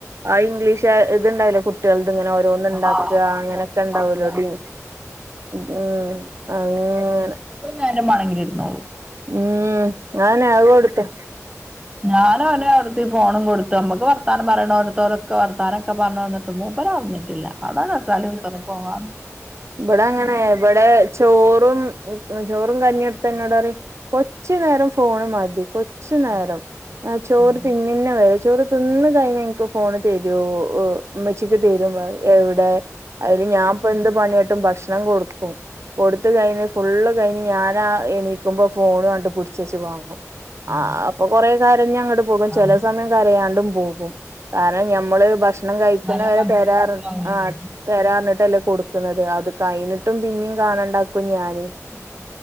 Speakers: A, on the right (about 60°); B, on the right (about 15°).
A: ആ ഇംഗ്ലീഷാ ത്ണ്ടാവൂല്ലെ കുട്ടിയേളത് ങ്ങനെ ഓരോ.
B: ആഹ്
A: ണ്ടാക്ക
B: കുട്ടികൾണ്ടാക്കണ
A: അങ്ങനൊക്കെണ്ടാവലോടീന് ഉം അങ്ങനെ.
B: എത്രെ നേരം ബാണെങ്കിലും ഇരുന്നോളും.
A: ഉം ഞാൻ ആകെട്ത്തെ
B: ഞാനോനെ അവ്ട്ന്ന് ഈ ഫോണും കൊട്ത്ത് നമ്മക്ക് വർത്താനം പറീണോരത്തോരൊക്കെ വത്താനൊക്കെ പറഞ്ഞ് വന്ന്ട്ടും മൂപ്പര് അറിഞ്ഞിട്ട്ല്ല. അതാ കസാലെ കുത്രന്ന് ഫോൺ കാണാ
A: ഇബടെ അങ്ങനെയ്യ ഇബടെ ചോറും ചോറും കഞ്ഞി ട് ത്തന്നോടറീം കൊച്ച് നേരം ഫോണ് മതി കൊ ച്ച് നേരം
B: ആഹ്
A: ചോറ്
B: ഉം
A: തിന്നിന്ന വരെ ചോറ് തിന്ന് കഴിഞ്ഞ ൻക്ക് ഫോണ് തരോ ഹ് ഇമ്മച്ചിക്ക് തരും പറീം എവ്ടെ ഐല് ഞാപ്പെന്ത് പണിയാട്ടും ഭഷ്ണം കൊടുക്കും കൊടുത്ത് കഴിഞ്ഞ് ഫുള്ള് കഴിഞ് ഞാനാ എണീക്കുമ്പോ ഫോണു അണ്ട് പിട്ച്ചെച്ച് വാങ്ങും.
B: ഉം
A: ആഹ് അപ്പൊ കൊറെ കരഞ്ഞങ്ങ്ട് പോകും
B: ആഹ്
A: ചെല സമയം കരയാണ്ടും പോകും. കാരണം ഞമ്മള് ഭക്ഷ്ണം കഴിക്കുന്നവരെ
B: നല്ല ഫങ്ഷൻ
A: തരാറ്
B: ഉണ്ടാവുമല്ലോ
A: ആഹ് തരാറ്ഞ്ഞ്ട്ടല്ലേ കൊട്ക്ക്ന്നത് അത് അത് കയിഞ്ഞിട്ടും പിന്നീം കാണണ്ടാക്കും ഞാന്
B: <inaudible>